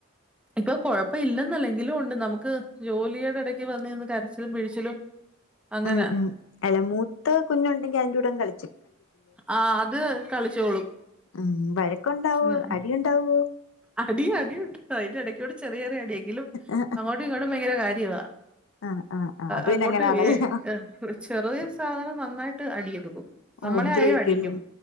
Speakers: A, in the centre; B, on the left.
A: ഇപ്പോ കൊഴപ്പ ഇല്ലെന്നല്ലെങ്കിലും ഉണ്ട്. നമുക്ക് ജോലിയുടെ എടക്ക് വന്ന് കരച്ചിലും പിഴിച്ചിലും അങ്ങനെ
B: ഉം ഉം അല്ല മൂത്ത് കുഞ്ഞുണ്ടെങ്കി അയ്ന്റെ കൂടെങ് കളിക്കും
A: ആ അത് കളിച്ചോളും
B: ഉം വഴക്കുണ്ടാവോ
A: ഉം
B: അടി ഉണ്ടാവോ
A: അടി അടിയുണ്ട് അയ്ന്റെ എടക്കവടെ ചെറ്യെ ചെറ്യേ എങ്കിലും
B: ആഹ്
A: അങ്ങോട്ടും ഇങ്ങോട്ടും ഭയങ്കര കാര്യവ
B: ആഹ് ആഹ് അത്
A: അഅങ്ങോട്ട്
B: പിന്നെ അങ്ങനാണല്ലോ
A: എ എക് ഒര്ചെറിയ സാധനം നന്നായിട്ട് അടിയിടും. നമ്മളെ
B: ഉപദ്രവിക്കുവല്ലേ
A: ആയാലും അടിക്കും